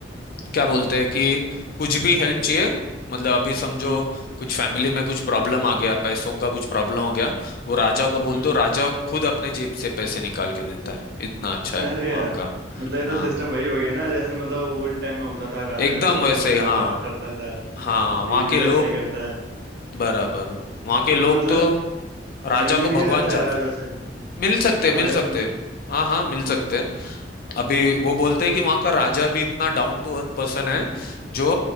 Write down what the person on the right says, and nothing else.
हम्म
हम्म
अरे
यार
मतलब ये तो
सिस्टम वही हो गया ना जैसे मतलब ओल्ड टाइम में होता था राजा
लोग
वो सारा
करता था
अभी
भी
वैसा ही करता है
तो मतलब
मिलने
दिया जाता
है राजा
से
राजा
से मिल
ओ